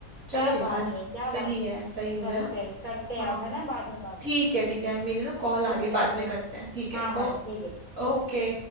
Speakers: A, on the right; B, on the right.
A: चलो
B: क्या बात
A: यार
B: है क्या
A: सही
B: बात
A: है
B: है
A: सही हो
B: चलो
A: गया ना
B: फिर करते हैं
A: हाँ
B: अब है ना बाद में बात
A: ठीक है ठीक है मेरी ना कॉल
B: Okay
A: आ रही है बाद
B: okay
A: में करते हैं ठीक
B: हाँ
A: है
B: हाँ
A: ओ
B: ठीक है
A: ओके
B: ओके